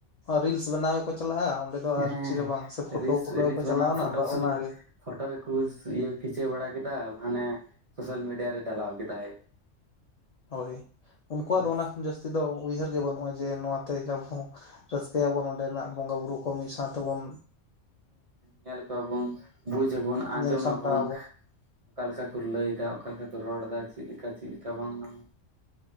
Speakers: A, on the left (about 75°); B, on the right (about 35°).
A: ᱨᱤᱞᱥ ᱵᱮᱱᱟᱣ ᱜᱮᱠᱚ ᱪᱟᱞᱟᱜᱼᱟ ᱚᱸᱰᱮ ᱫᱚ ᱟᱨ
B: ᱦᱮᱸ
A: ᱪᱮᱫ ᱦᱚᱸ ᱵᱟᱝ ᱥᱮ ᱯᱷᱳᱴᱳ
B: ᱨᱤᱞᱥ,
A: ᱛᱩᱞᱟᱹᱣ
B: ᱨᱤᱞᱥ
A: ᱠᱚ ᱪᱟᱞᱟᱣᱱᱟ
B: ᱵᱮᱱᱟ ᱯᱷᱚᱴᱚ
A: ᱵᱟ
B: ᱥᱩᱴ,
A: ᱚᱱᱟᱜᱮ
B: ᱯᱷᱳᱴᱳ ᱠᱩ ᱤᱭᱟᱹ ᱠᱷᱤᱪᱟᱹᱣ ᱵᱟᱲᱟ ᱠᱮᱫᱟᱭ ᱦᱟᱱᱮ ᱥᱳᱥᱟᱞ ᱢᱤᱰᱤᱭᱟ ᱨᱮ ᱰᱟᱞᱟᱣ ᱠᱮᱫᱟᱭ᱾
A: <inaudible> ᱦᱳᱭ ᱩᱱᱠᱩᱣᱟᱜ
B: ᱵᱟᱥ
A: ᱫᱚ ᱚᱱᱟ ᱠᱷᱚᱱ ᱡᱟᱹᱥᱛᱤ ᱫᱚ ᱩᱭᱦᱟᱹᱨ ᱜᱮ ᱵᱟᱹᱱᱩᱜᱼᱟ ᱡᱮ ᱱᱚᱣᱟᱛᱮ ᱟᱵᱚ ᱨᱟᱹᱥᱠᱟᱹ ᱛᱮ ᱵᱚᱱ ᱚᱸᱰᱮᱱᱟᱜ ᱵᱚᱸᱜᱟ ᱵᱩᱨᱩ ᱠᱚ ᱢᱤᱫ ᱥᱟᱶᱼᱛᱮᱼᱵᱚᱱ
B: ᱧᱮᱞ ᱠᱚᱣᱟᱵᱚᱱ, ᱵᱩᱡ ᱟᱵᱚᱱ, ᱟᱸᱡᱚᱢ
A: ᱧᱮᱞ ᱥᱟᱢᱴᱟᱣ
B: ᱟᱵᱚᱱ, ᱚᱠᱟᱼᱞᱮᱠᱟ ᱠᱚ ᱞᱟᱹᱭ ᱫᱟ, ᱚᱠᱟ ᱞᱮᱠᱟ ᱠᱚ ᱨᱚᱲ ᱮᱫᱟ, ᱪᱮᱫ ᱞᱮᱠᱟ, ᱪᱮᱫ ᱞᱮᱠᱟ ᱵᱟᱝ ᱧᱟᱢᱟ